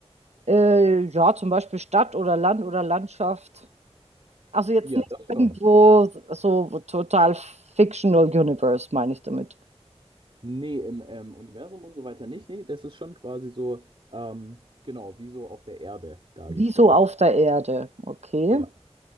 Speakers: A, on the right; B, on the right.
A: äh, ja, zum Beispiel Stadt oder Land oder Landschaft. Also jetzt
B: Ja,
A: nicht
B: das
A: irgendwo
B: schon.
A: so total Fictional Universe, meine ich damit.
B: Nee, im ähm, Universum und so weiter nicht. Nee, das ist schon quasi so, ähm, genau, wie so auf der Erde dargestellt.
A: Wieso auf der Erde? Okay.
B: Ja.